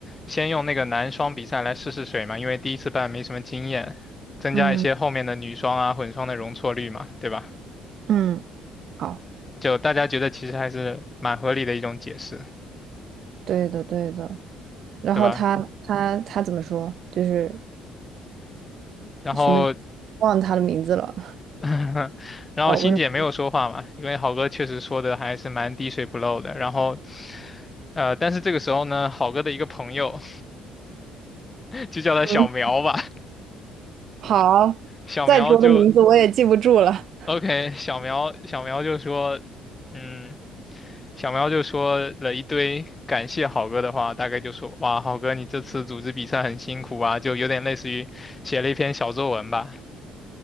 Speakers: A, on the left (about 15°); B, on the right (about 55°).
A: 先用那个男双比赛来试试水嘛，因为第一次办没什么经验，增加一些后面的女双啊、
B: 嗯
A: 混双的容错率嘛，对吧？
B: 嗯，好，
A: 就大家觉得其实还是蛮合理的一种解释，
B: 对的对的。然后他他他怎么说？
A: 对吧？
B: 就是
A: 然后
B: 什么，忘了他的名字了。
A: <laughs> 然后欣姐没有说话嘛，
B: 小温的，
A: 因为好哥确实说的还是蛮滴水不漏的。然后呃，但是这个时候呢，好哥的一个朋友 <laughs> 就叫他小苗吧，
B: 嗯，好，
A: 小苗就
B: 再多的名字我也记不住了。
A: OK，小苗小苗就说，嗯，小苗就说了一堆感谢好哥的话，大概就说哇，好哥你这次组织比赛很辛苦啊，就有点类似于写了一篇小作文吧。